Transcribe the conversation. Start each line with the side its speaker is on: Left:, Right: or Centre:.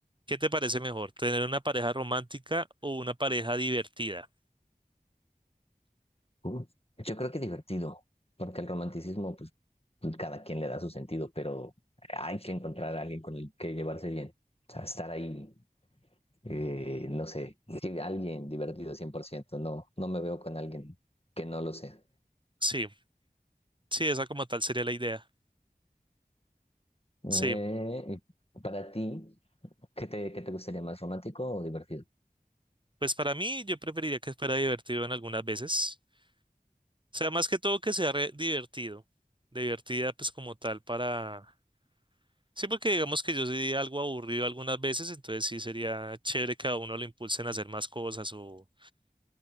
Right: ¿qué te parece mejor? ¿Tener una pareja romántica o una pareja divertida?
Left: Uh, Yo creo que divertido, porque el romanticismo, pues pues, cada quien le da su sentido, pero hay que encontrar a alguien con el que llevarse bien. O sea, estar ahí, eh, no sé, sí, alguien divertido 100% no, no me veo con alguien que no lo sea.
Right: Sí, sí, esa como tal sería la idea.
Left: Eh,
Right: Sí,
Left: y para ti, ¿qué te, qué te gustaría más, romántico o divertido?
Right: pues para mí yo preferiría que fuera divertido en algunas veces. O sea, más que todo que sea re- divertido. Divertida pues como tal para... Sí, porque digamos que yo soy algo aburrido algunas veces, entonces sí sería chévere que a uno lo impulsen a hacer más cosas o